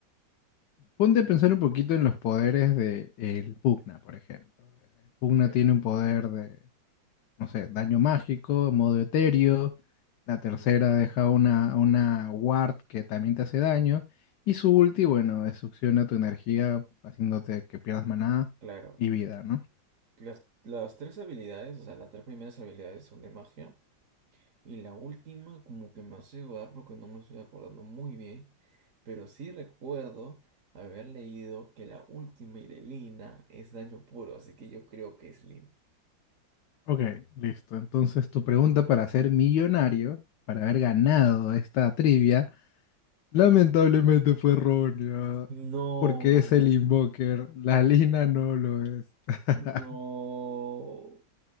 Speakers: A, on the left; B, on the right.
A: Ponte a pensar un poquito en los poderes de el Pugna, por ejemplo. El Pugna
B: No.
A: tiene un poder de, no sé, daño mágico, modo etéreo. La tercera
B: Claro,
A: deja una, una ward que también te hace daño. Y su ulti, bueno, succiona tu energía, haciéndote que pierdas maná
B: claro.
A: y vida, ¿no?
B: Las, las tres habilidades, o sea, las tres primeras habilidades son de magia. Y la última, como que me hace dudar porque no me estoy acordando muy bien. Pero sí recuerdo haber leído que la última y de Lina es daño puro, así que yo creo que es Lina.
A: Ok, listo. Entonces, tu pregunta para ser millonario, para haber ganado esta trivia. Lamentablemente fue errónea,
B: No,
A: porque es el Invoker, la Lina no lo es. <laughs>
B: no.